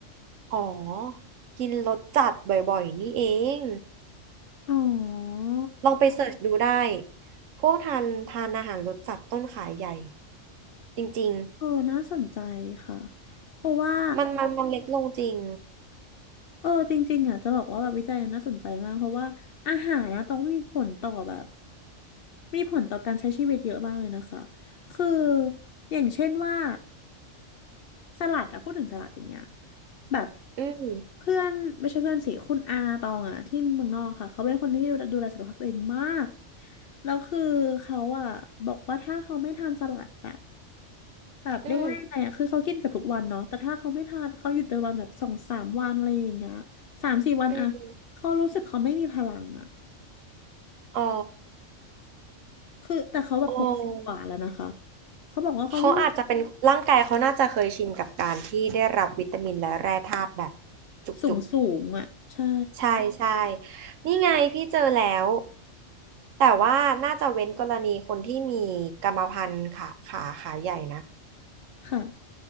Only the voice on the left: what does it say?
อ๋อ
เออน่าสนใจค่ะเพราะว่า
เออจริงๆอ่ะจะบอกว่าแบบวิจัยน่าสนใจมาก เพราะว่าอาหารนะต้องมีผลต่อแบบมีผลต่อการใช้ชีวิตเยอะมากเลยนะคะคืออย่างเช่นว่าสลัดอะพูดถึงสลัดอย่างเงี้ยแบบ
เพื่อนไม่ใช่เพื่อนสิคุณอาตองอะที่เมืองนอกค่ะเขาเป็นคนที่ดูแลดูแลสุขภาพตัวเองมาก แล้วคือเขาอะบอกว่าถ้าเขาไม่ทานสลัดอะ แบบเรียกว่ายังไงอ่ะคือเขากินเกับทุกวันเนาะแต่ถ้าเขาไม่ทานเขาหยุดไปวันแบบสองสามวันอะไรอย่างเงี้ย
สามสี่วันอะเขารู้สึกเขาไม่มีพลังอะ
คือแต่เขาแบบหกสิบกว่าแล้วนะคะ
เขาบอกว่าเขาไม่
สูงสูงอะใช่
ค่ะ